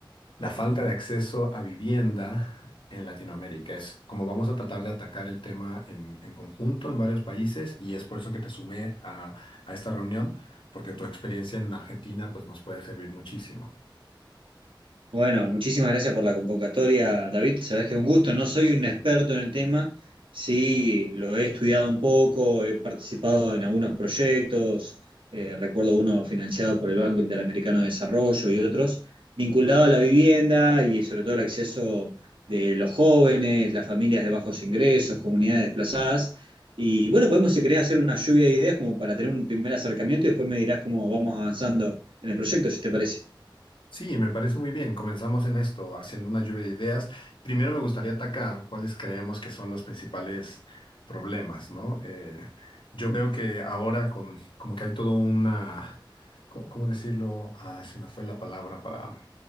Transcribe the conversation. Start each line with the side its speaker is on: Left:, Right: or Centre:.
Left: la falta de acceso a vivienda en Latinoamérica es como vamos a tratar de atacar el tema en, en conjunto en varios países y es por eso que te sumé a, a esta reunión, porque tu experiencia en Argentina pues nos puede servir muchísimo.
Right: Bueno, muchísimas gracias por la convocatoria, David. Sabés que es un gusto. No soy un experto en el tema, sí lo he estudiado un poco, he participado en algunos proyectos, eh, recuerdo uno financiado por el Banco Interamericano de Desarrollo y otros, vinculado a la vivienda y sobre todo el acceso de los jóvenes, las familias de bajos ingresos, comunidades desplazadas. Y bueno, podemos, si querés, hacer una lluvia de ideas como para tener un primer acercamiento y después me dirás cómo vamos avanzando en el proyecto, si te parece.
Left: Sí, me parece muy bien. Comenzamos en esto, haciendo una lluvia de ideas. Primero me gustaría atacar cuáles creemos que son los principales problemas, ¿no? Eh, yo veo que ahora con, como que hay todo una, co- ¿cómo, decirlo? Ah, se me fue la palabra para,